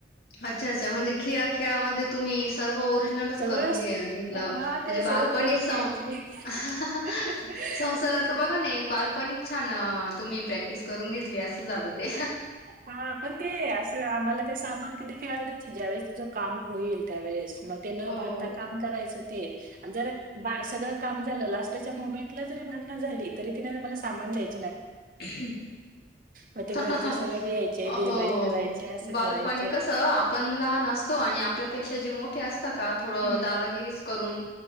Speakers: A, on the left (about 60°); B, on the right (about 50°).
A: अच्छा अच्छा! म्हणजे खेळा खेळा मध्ये तुम्ही हो ओरिजनल
B: सगळंच
A: करून घे- घेतलं म्हणजे,
B: हा तिला
A: बालपणीच
B: सगळं करून घ्यायची.
A: अ ह अ संसारात बघा ना बालपणी छान! तुम्ही प्रॅक्टिस करून घेतली, असं झालं ते.
B: हां, पण ते असं आम्हाला ते सामान कधी खेळाल तर <unintelligible> तुझ काम होईल, त्यावेळेस मग ते न
A: हो.
B: भांडता काम करायचं, ते जर सगळं काम झालं ना त्याच्या मुमेंटला जरी भांडण झाली, तरी तिने मला सामान द्यायच.
A: हा.
B: मग ते घरचे
A: हा.
B: सगळे यायचे, "दे
A: हो
B: बाई" करायचे, असं
A: बालपणी
B: करायचे.
A: कस आपण लहान असतो, आणि आपल्यापेक्षा जे मोठे ते अस असत का थोडं
B: हं.
A: दादागिरीच करून.